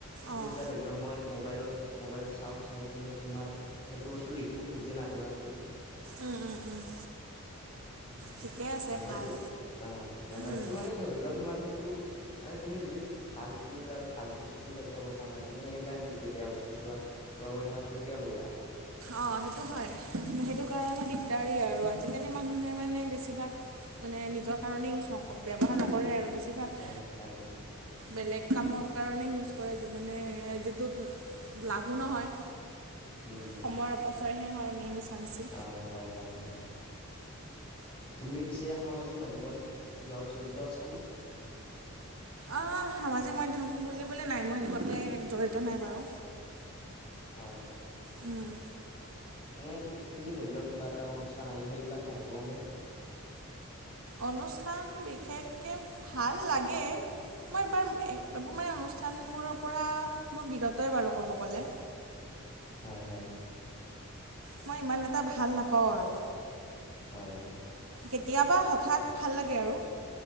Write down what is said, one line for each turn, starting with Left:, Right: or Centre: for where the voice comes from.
Left: তেতিয়া
Right: অঁ
Left: ধৰি লও মই মোবাইলত মোবাইলত চাও চাই কিনে তোমাৰ সেইটো বস্তু লিখো নিজে নাজানাতো।
Right: উম উম উম
Left: <inaudible> উ
Right: ঠিকে আছে
Left: মোবাইলটো
Right: ভাল
Left: অ মোবাইলটো
Right: উম
Left: মানে ধৰি লোৱা তোমাৰ সেইটো মানে তুমি যি ভালটো ভাল বস্তুটো চাই চ কথা নাই তুমি এনি টাইম যদি বেয়া বস্তু চোৱা কিবা কৰি থকা তেতিয়া বহিয়া।
Right: অ সেইটো হয় সেইটো কাৰণে দিগদাৰী আৰু আজিকালি মানুহে মানে বেছিভাগ মানে নিজৰ কাৰণে ইউজ নক ব্যৱহাৰ নকৰে আৰু বেছিভাগ।
Left: হয় হয়
Right: বেলেগ কামৰ কাৰণে ইউজ কৰে যে মানে যিটোত লাভো নহয়।
Left: উম হম
Right: সময়ৰ অপচয়হে হয় এনেই মিছা মিছি
Left: হয় হয় হয় হয় তুমি পিছে সামাজিক মাধ্যমত কিবাহত জড়িত আছা নে?
Right: অঁ সামাজিক মাধ্যম বুলিবলৈ নাই মই এনেকুৱাকে জড়িত নাই বাৰু।
Left: হয় হয়।
Right: উম।
Left: মানে তুমি ধৰি লও কিবা এটা অনুষ্ঠান আহিল সেইবিলাক ভাল পোৱা নে?
Right: অনুষ্ঠান বিশেষকৈ ভাল লাগে। মই এইবাৰ এইবোৰ মানে অনুষ্ঠানবোৰৰ পৰা মই বিৰতই বাৰু ক'ব গ'লে।
Left: হয় হয়।
Right: মই ইমান এটা ভাল নাপাওঁ আৰু
Left: হয় হয়
Right: কেতিয়াবা হঠাৎ ভাল লাগে আৰু